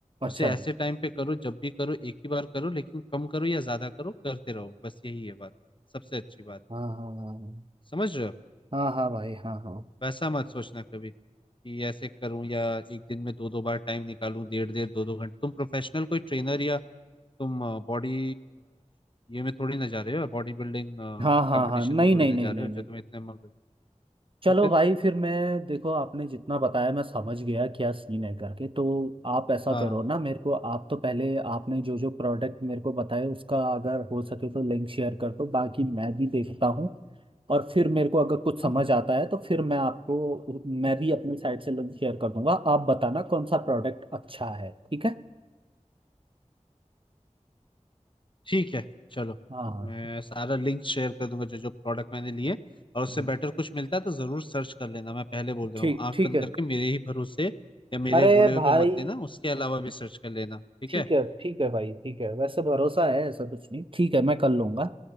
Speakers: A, on the right; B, on the left.
A: अच्छा
B: उसे ऐसे टाइम पे करो जब भी करो एक ही बार करो लेकिन कम करो या ज्यादा करो करते रहो बस यही है बात सबसे अच्छी बात है
A: हाँ हाँ हाँ
B: समझ रहे हो
A: हाँ हाँ भाई हाँ हाँ
B: वैसा मत सोचना कभी कि ऐसे करूं या एक दिन में दो दो बार टाइम निकालूं डेढ़ डेढ़ दो दो घंटे तुम प्रोफेशनल कोई ट्रेनर या तुम बॉडी ये में थोड़ी ना जा रहे हो बॉडी बिल्डिंग कंपटीशन
A: हाँ हाँ हाँ नहीं
B: में थोड़ी
A: नहीं
B: ना
A: नहीं
B: जा रहे
A: नहीं
B: हो
A: नहीं
B: जो तुम्हें इतने मग
A: चलो
B: तो फिर
A: भाई फिर मैं देखो आपने जितना बताया मैं समझ गया क्या सीन है करके तो आप ऐसा
B: हाँ
A: करो ना मेरे को आप तो पहले आपने जो जो प्रोडक्ट मेरे को बताए उसका अगर हो सके तो लिंक शेयर कर दो बाकी मैं भी देखता हूँ और फिर मेरे को अगर कुछ समझ
B: हाँ,
A: आता है तो फिर मैं आपको मैं भी अपनी साइड से लिंक शेयर कर दूंगा आप बताना कौन सा प्रोडक्ट अच्छा है ठीक है
B: ठीक है चलो
A: हाँ
B: मैं सारा लिंक शेयर कर दूंगा जो जो प्रोडक्ट मैंने लिए और उससे
A: हम्म,
B: बेटर कुछ मिलता है तो जरूर सर्च कर लेना मैं पहले बोल रहा
A: ठीक
B: हूँ आंख
A: ठीक
B: बंद
A: है
B: करके मेरे ही भरोसे या मेरे
A: अरे
B: बोले
A: भाई
B: हुए पे मत लेना उसके अलावा भी सर्च कर लेना ठीक
A: ठीक
B: है
A: है ठीक है भाई ठीक है वैसे भरोसा है ऐसा कुछ नहीं ठीक है मैं कर लूंगा